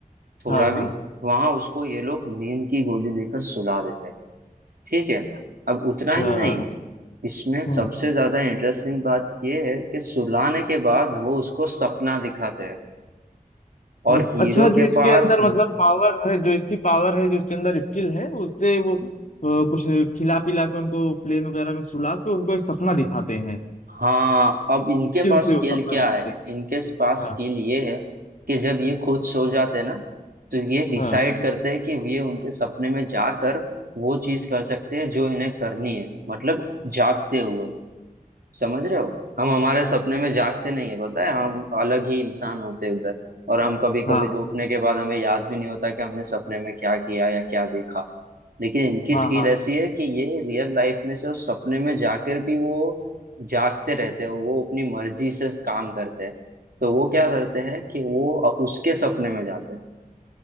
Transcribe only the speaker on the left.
हाँ
हाँ
अच्छा
हम्म
मत-
अच्छा
जो इसके
अंदर मतलब पावर है जो इसकी पावर है जो इसके अंदर स्किल है उससे वो अ, कुछ खिला पिला के उनको प्लेन वगैरह में सुला के उनको एक सपना दिखाते हैं
स्किल
से
वो सपना
दिखा
देंगे
हाँ
हाँ
हाँ
हाँ
हाँ